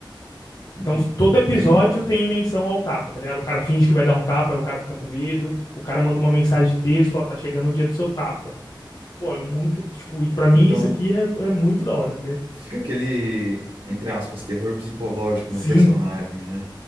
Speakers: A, on the left (about 50°); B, on the right (about 80°).
A: Então
B: hum,
A: todo
B: como
A: episódio
B: assim?
A: tem menção ao tapa, tá ligado? O cara finge que vai dar um tapa, aí o cara fica com medo, o cara manda uma mensagem de texto, ó, tá chegando o dia do seu tapa. Pô, é muito, tipo, e pra mim
B: Então,
A: isso aqui é, é muito da hora, tá ligado?
B: Fica aquele, entre aspas, terror psicológico
A: Sim.
B: no personagem, né?